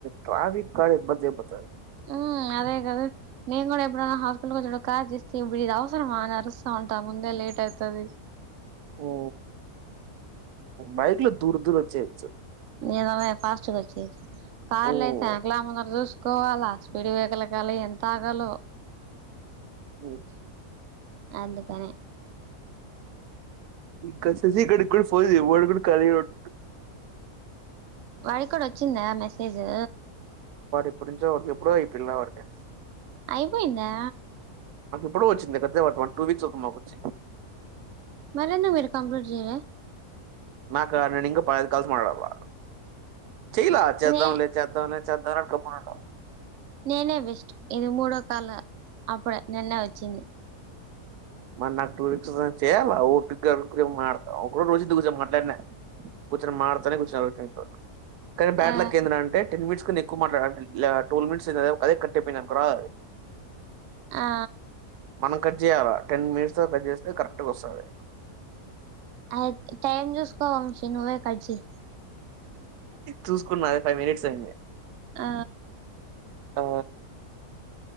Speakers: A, on the right; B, on the right.
A: ట్రాఫిక్కాడ ఇబ్బంది అయిపోతాది
B: ఊ అదేగాదు. నేను గుడ ఏప్ ఆ హాస్పిటల్కి వచ్చేటప్పుడు కార్ దిస్తే ఇది అవసరమా అని అరుస్తా ఉంటా ముందే లేట్ అయితది.
A: ఓ బైక్ లో దూర్ దూర్ ఒచ్చేది
B: ఈయనపోయ్ ఫాస్ట్గ ఒచ్చేది. కార్లు
A: ఉమ్
B: అయితే ఎనకల ముందర జూసుకోవాలా. స్పీడ్ బేకరల్ కాల ఎంత ఆగాలో
A: ఓఫ్
B: అందుకని
A: ఇంక శశీగ్గాడి కూడా ఫోన్ జెయ్ వాడు గుడ కాళీగానే ఉన్
B: వాడిక్కూడ ఒచ్చిందా మెసేజూ?
A: ఇప్పుడ్ నుంచో ఎప్పుడో అయిపిల్ల వాడికి
B: అయిపోయిందా
A: ఎప్పుడు వచ్చింది పెద్దే <unintelligible> టూ వక్స్ అవుతుంది మాకు వచ్చి
B: మరి ఎందు మీరు కంప్లైట్ చేయలే
A: నాక నేను ఇంకా పదైదు కల్సు మాట్లాడళ్ల చెయలా చేద్దాంలే
B: నే
A: చేద్దాంలే చేద్దాంలే అని గమ్మున ఉండా
B: నేనే బెస్ట్ ఇది మూడో కాల అప్పుడే నిన్నే వచ్చింది
A: మరి నాకు టూ చేయాల ఓపిగ్గా ఆడుకునైనా మాట్లాడతా ఒక రోజు రోజిత్ తో కూర్చొని మాట్లాడినా కూర్చొని మాటాడతానే కూర్చొల్ల మీ ఫ్రెండ్తో కానీ బ్యాట్
B: ఆ
A: ఏ అంటే టెన్ మినిట్స్ కానీ ఎక్కువ మాట్లాడానికిలా ట్వెల్వ్ మినిట్స్ అయితే అదే కట్ అయిపిన్ అనుకోరా
B: ఆ
A: మనం కట్ చేయాల టెన్ మినిట్స్ తర్వాత కట్ చేస్తే కరెక్ట్గా వస్తాది
B: అ టైమ్ చూసుకో వంశీ నువ్వే కట్ చెయ్
A: చూసుకున్నది ఫైవ్ మినిట్స్ అయింది
B: ఆ
A: ఆ